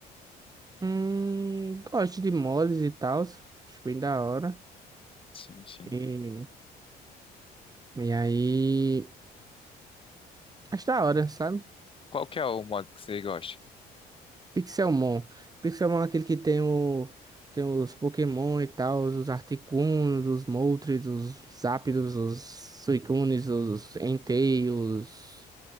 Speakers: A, on the right; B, on the left.
A: hum, gosto de mods e tal, acho bem da hora.
B: Sim, sim.
A: E, e aí, acho da hora, sabe?
B: Qual que é o mod que você gosta?
A: Pixelmon. Pixelmon é aquele que tem o tem os Pokémon e tal, os Articunos, os Moltres, os Zapdos, os Suicunes, os Entei, os